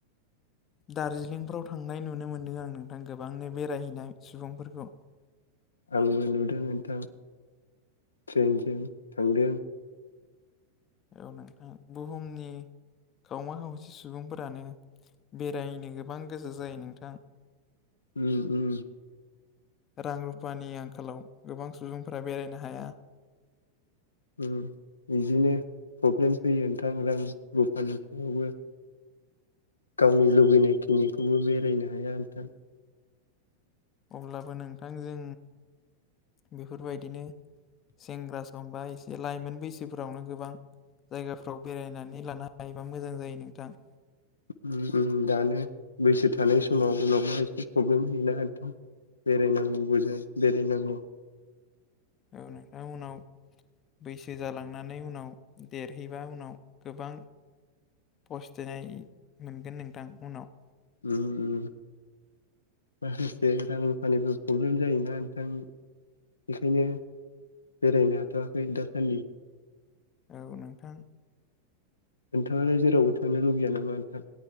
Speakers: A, on the left; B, on the left.
A: दार्जिलिंफ्राव थांनाय नुनो मोन्दों आं नोंथां गोबांनो बेरायहैनाय सुबुंफोरखौ
B: आंबो नुदों नोंथां ट्रेनजों थांदों
A: औ नोंथां बुहुमनि गावमा खावसे सुबुंफोरानो बेरायनो गोबां गोसो जायो नोंथां‌।
B: उम उम
A: रां रुफानि आंखालाव गोबां सुबुंफोरा बेरायनो हाया।
B: उम बिदिनो प्रब्लेम फैयो नोंथां रां रुफानि बिङावबो। गावनि लुबैनायखिनिखौबो बेरायनो हाया नोंथां।
A: अब्लाबो नोंथांजों बेफोरबायदिनो सेंग्रा समबा एसे लाइमोन बैसोफोरावनो गोबां जायगाफ्राव बेरायनानै लानो हायोबा मोजां जायो नोंथां।
B: उम उम दानो बैसो थानाय समाव उनावबा एसे प्रब्लेम होयोना नोंथां। बेरायनांगौ बो जायो बेरायनांगौ
A: औ नोंथां उनाव बैसो जालांनानै उनाव देरहैबा उनाव गोबां फस्थायनाय मोनगोन नोंथां उनाव
B: उम उम माखासे रां रुफानिबो प्रब्लेम जायोना नोंथां बेखायनो बेरायनो हाथ'वाखै दासान्दि।
A: औ नोंथां
B: नोंथाङालाय जेरावबो थांनो लुगैया नामा नोंथां